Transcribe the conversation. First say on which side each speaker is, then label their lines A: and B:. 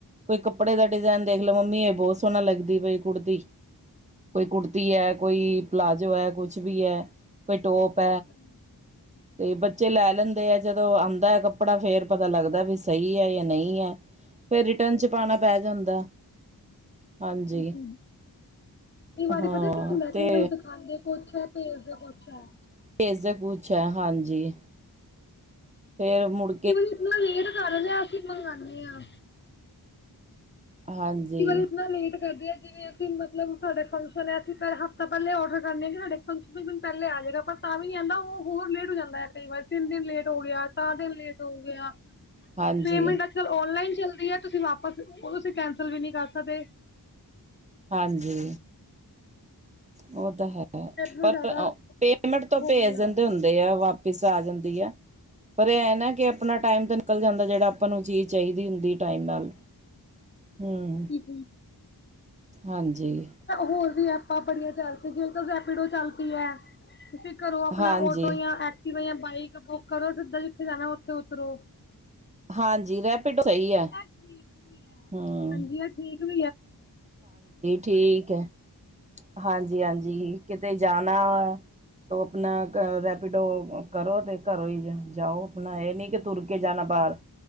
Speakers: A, on the right; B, on the left.
A: ਕੋਈ ਕੱਪੜੇ ਦਾ ਡਿਜ਼ਾਇਨ ਦੇਖ ਲਓ ਮੰਮੀ ਇਹ ਬਹੁਤ ਸੋਹਣਾ ਲੱਗਦੀ ਪਈ ਕੁੜਤੀ ਕੋਈ ਕੁੜਤੀ ਹੈ ਕੋਈ ਪਲਾਜ਼ੋ ਹੈ ਕੁਛ ਵੀ ਹੈ ਕੋਈ ਟੋਪ
B: ਹਾਂਜੀ
A: ਤੇ ਬੱਚੇ ਲੈ ਲੈਂਦੇ ਹੈ ਜਦੋਂ ਆਉਂਦਾ ਹੈ ਕੱ ਕੱਪੜਾ ਫੇਿਰ ਪਤਾ ਲੱਗਦਾ ਵੀ ਸਹੀ ਹੈ ਜਾਂ ਨਹੀਂ ਹੈ। ਫੇਿਰ ਰਿਟਰਨ
B: ਬਿਲਕੁਲ
A: ਚ ਪਾਉਣਾ
B: ਬਿਲਕੁਲ
A: ਪੈ ਜਾਂਦਾ। ਹਾਂਜੀ
B: ਕ ਇਹ ਬਾਰੀ
A: ਹਾਂ
B: ਪਤਾ ਕਿ ਹੋਂਦਾ
A: ਤੇ
B: ਕਈ ਵਾਰੀ ਦਿਖਾਂਂਦੇ ਕੁਛ ਭੇਜਦੇ ਕੁਛ ਹੈ।
A: ਭੇਜਦੇ ਕੁਛ ਹੈ ਹਾਂਜੀ ਫੇਰ ਮੁੜ
B: ਕਿ ਮਤਲਬ ਇੰਨਾ ਲੇਟ ਕਰ ਲਿਆ ਅਸੀਂ ਮੰਗਵਾਉਦੇ ਹਾਂ
A: ਹਾਂਜੀ
B: ਵਾਰੀ ਇਤਨਾ ਲੇਟ ਕਰਦੇ ਆ ਜਿਵੇਂ ਮਤਲਬ ਸਾਡੇ ਫੰਕਸ਼ਨ ਹੈ ਅਸੀਂ ਹਫ਼ਤਾ ਪਹਿਲੇ ਓਡਰ ਕਰਨੇ ਆਗੇ ਸਾਡੇ ਫੰਕਸ਼ਨ ਦ ਦਿਨ ਪਹਿਲੇ ਆ ਜੇਗਾ ਤਾਂ ਵੀ ਨਹੀਂ ਆਉਂਦਾ ਉਹ ਹੋਰ ਲੇਟ ਹੋ ਜਾਂਦਾ ਹੈ ਕਈ ਵਾਰ ਤਿੰਨ ਦਿਨ ਲੇਟ ਹੋ ਗਿਆ ਚਾਰ ਦਿਨ ਲੇਟ ਹੋ ਗਿਆ
A: ਹਾਂਜੀ
B: ਪੇਮੈਂਟ ਅੱਜ ਔਨਲਾਈਨ ਚੱਲਦੀ ਹੈ ਤੁਸੀਂ ਵਾਪਸ ਤੁਸੀਂ ਕੈਂਸਲ ਵੀ ਨਹੀਂ ਕਰ ਸਕਦੇ
A: ਹਾਂਜੀ ਉਹ ਤਾਂ ਹੈ
B: ਇਦਾਂ
A: ਪਰ
B: ਜ਼ਿਆਦਾ
A: ਪੇਮੈਂਟ ਤੋਂ
B: ਹੋਣ
A: ਭੇਜ
B: ਲੱਗ
A: ਦਿੰਦੇ ਹੁੰਦੇ ਆ ਵਾਪ ਪਿਸ ਆ ਜਾਂਦੀ ਏ ਪਰ ਇਹ ਐ ਨਾ ਕਿ ਆਪਣਾ ਟਾਈਮ ਤਾਂ ਨਿਕਲ ਜਾਂਦਾ ਜਿਹੜਾ ਆਪਾਂ ਨੂੰ ਚੀਜ਼ ਚਾਹੀਦੀ ਹੁੰਦੀ ਟਾਈਮ ਨਾਲ
B: <unintelligible>
A: ਹਮ ਹਾਂਜੀ
B: ਹੋਰ ਵੀ ਐਪਾਂ ਬੜੀਆਂ ਚੱਲਪੀਆ ਤਾਂ ਰੈਪੀਡੋ ਚੱਲਦੀ ਐ ਤੁਸੀਂ ਘਰੋਂ ਆਪਣਾ
A: ਹਾਂਜੀ
B: ਆਟੋ ਜਾਂ ਕਿਵੇਂ ਬਾਈਕ ਬੁੱਕ ਕਰੋ ਜਿੱਦਾਂ ਜਿੱਥੇ ਜਾਣਾ ਉੱਥੇ ਉਤਰੋ
A: ਹਾਂਜੀ ਰੈਪਿਡੋ ਸਹੀ ਆ
B: ਇਹ ਠੀਕ ਵੀ ਹੈ।
A: ਹੂੰ
B: ਹਾਂਜੀ ਇਹ ਠੀਕ <inaudible>
A: ਠੀਕ ਹੈ ਹਾਂਜੀ ਹਾਂਜੀ ਕਿਤੇ ਜਾਣਾ ਵਾ ਉਹ ਆਪਣਾ ਅ ਰੈਪੀਡੋ ਕਰੋ ਤੇ ਘਰੋਂ ਹੀ ਜਾਓ ਆਪਣਾ ਇਹ ਨੀ ਕਿ ਤੁਰ ਕੇ ਜਾਣਾ ਬਾਹਰ